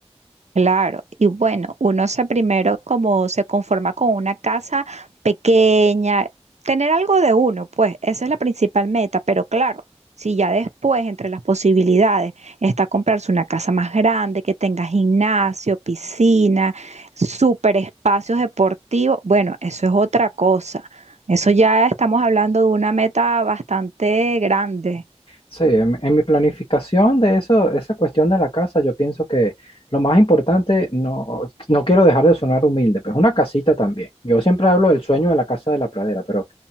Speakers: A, on the right; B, on the left.
A: Claro, y bueno, uno se primero como se conforma con una casa pequeña, tener algo de uno, pues esa es la principal meta, pero claro, si ya después entre las posibilidades está comprarse una casa más grande, que tenga gimnasio, piscina, super espacios deportivos, bueno, eso es otra cosa. Eso ya estamos hablando de una meta bastante grande.
B: Sí, en, en mi planificación de eso, esa cuestión de la casa, yo pienso que lo más importante, no, no quiero dejar de sonar humilde, pues una casita también. Yo siempre hablo del sueño de la casa de la pradera, pero